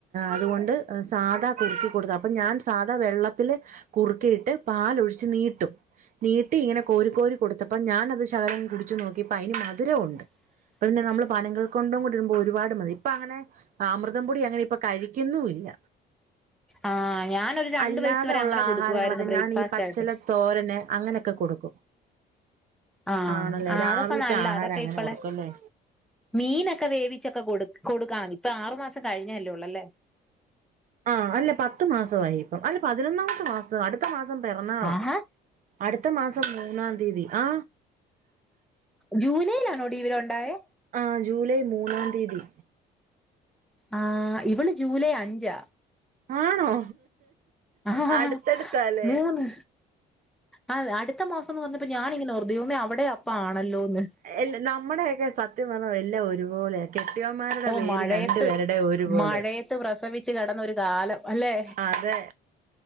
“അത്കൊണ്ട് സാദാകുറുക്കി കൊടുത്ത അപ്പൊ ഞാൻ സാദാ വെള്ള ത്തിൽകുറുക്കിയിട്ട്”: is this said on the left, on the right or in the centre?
Right